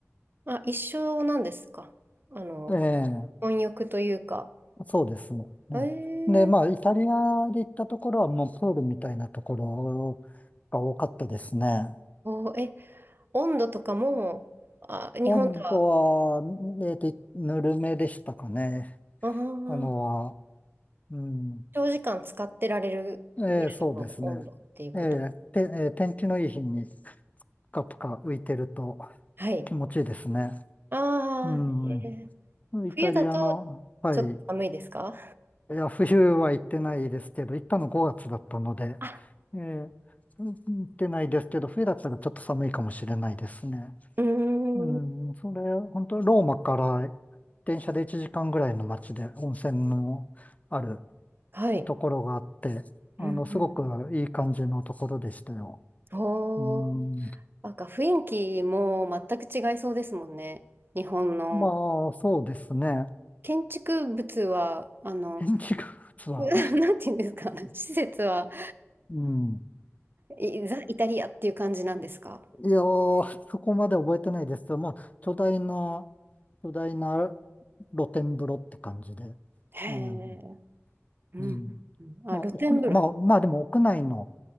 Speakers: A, on the right; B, on the left.
A: あ、一緒なんですか。あの、
B: ええ
A: 混浴というか。
B: そうですね。うんで、
A: えー、
B: まあ、イタリアで行ったところはもうプールみたいなところが多かったですね。
A: おー、え、温度とかも、あ、日本とは、
B: 温度は、えっと、ぬるめでしたかね。
A: あー、
B: あのは、うん。
A: 長時間使ってられるぐらいの温度っていうこと。
B: ええ、そうですね。ええ、て、ええ天気のいい日にぷかぷか浮いてると
A: はい。
B: 気持ちいいですね。
A: ああ、
B: うん。
A: えー
B: イタリアの、
A: 冬だと
B: はい。
A: ちょっと寒いですか
B: いや、冬は行ってないですけど、行ったの5月だったので、
A: あ、
B: えーうん行ってないですけど、冬だったらちょっと寒いかもしれないですね。
A: うーん。
B: うん、それ、本当ローマから電車で1時間ぐらいの街で温泉のある
A: はい。
B: ところがあって、あの、
A: うんうん
B: すごくいい感じのところでしたよ。
A: おー、
B: うん、
A: なんか雰囲気も全く違いそうですもんね。日本の
B: まあ、そうですね。
A: 建築物は、あの、
B: <laughs> 天気が、実は、
A: う <laughs> なんていうんですか、施設は、
B: うん、
A: いザ・イタリアっていう感じなんですか。
B: いやー、そこまで覚えてないですけど、まあ、巨大な、巨大な露天風呂って感じで。
A: へえ、
B: うん。
A: うん。
B: うん。
A: うんあ、
B: まあ、
A: 露天風呂。
B: 屋まあ、まあ、でも屋内の